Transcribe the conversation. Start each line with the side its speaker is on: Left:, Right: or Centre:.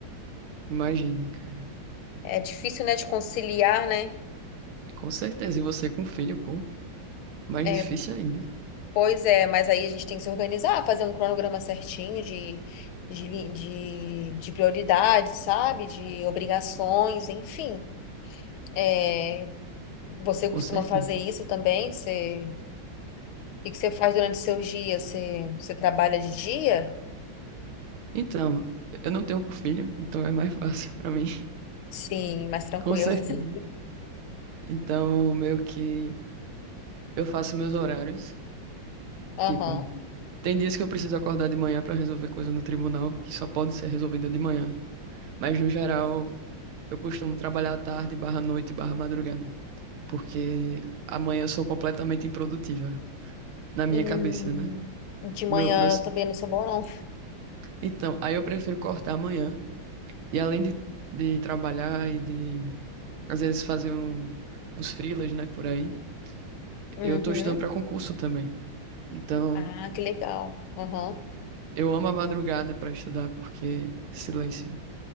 Right: Imagino, cara.
Left: É difícil, né, de conciliar, né?
Right: Com certeza. E você com filho, pô, mais
Left: É,
Right: difícil ainda.
Left: pois é, mas aí a gente tem que se organizar, fazer um cronograma certinho de, de, li- de, de prioridades, sabe? De obrigações, enfim. É, você costuma
Right: Com certeza.
Left: fazer isso também? Você. que que você faz durante seus dias? Você, você trabalha de dia?
Right: Então, eu não tenho filho, então é mais fácil <laughs> pra mim.
Left: Sim, mais tranquila.
Right: Com certeza.
Left: <laughs>
Right: Então, meio que eu faço meus horários.
Left: Aham.
Right: Tipo, tem dias que eu preciso acordar de manhã pra resolver coisa no tribunal, que só pode ser resolvida de manhã. Mas, no geral, eu costumo trabalhar à tarde, barra noite, barra madrugada. Porque amanhã eu sou completamente improdutiva. Na minha
Left: Hum,
Right: cabeça, né?
Left: de manhã
Right: Meu, meus...
Left: eu também não sou boa, não.
Right: Então, aí eu prefiro cortar amanhã E além de, de trabalhar e de, às vezes, fazer um, uns freelas, né, por aí,
Left: Uhum.
Right: eu tô estudando para concurso também. Então,
Left: Ah, que legal. Aham.
Right: eu amo a madrugada para estudar, porque silêncio.